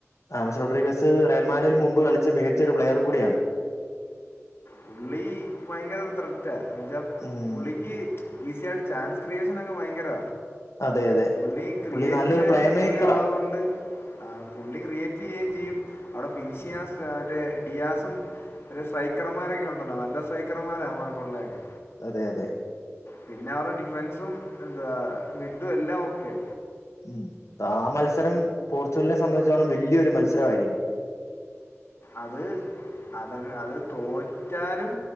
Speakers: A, on the left; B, on the left.
A: ആമിസ് റോഡ്രിഗസ് റയൽമാഡ്രിയൽ മുമ്പ് കളിച്ച മികച്ച ഒരു പ്ലെയർ കൂടിയാണ്
B: പുള്ളി ഭയങ്കര ത്രറ്റാ എന്ന വെച്ചാ
A: ഉം
B: പുള്ളിക്ക് ഈസിയയിട്ട് ചാൻസ് ക്രിയേഷൻ ഒക്കെ ഭയങ്കര
A: അതെ അതെ
B: പുള്ളി ക്രിയേറ്റ്
A: പുള്ളി നല്ലൊരു
B: ചെയ്യാൻ
A: പ്ലേ
B: പുള്ളി
A: മേക്കറാ
B: ഉള്ളത് കൊണ്ട് ആ പുള്ളി ക്രിയേറ്റ് ചെയ്യുകയും ചെയ്യും അവിടെ ഫിനിഷ് ചെയ്യാൻ മറ്റേ ഡിയാസും സ്ട്രൈക്ക് സൈക്കർമാരൊക്കെ ഉണ്ടല്ലോ നല്ല സൈക്കർമാര അവൻമാർക്കുള്ളതൊക്കെ
A: അതെ അതെ
B: പിന്നെ അവരെ ഡിഫെൻസും എന്താ മിഡും എല്ലാം ഓക്കെയ
A: ഉം ആ മത്സരം പോർച്ചുഗലിനെ സംബന്ധിച്ചോളം വലിയൊരു മത്സരമായിരിക്കും
B: അത് അതങ് അത് തോറ്റാലും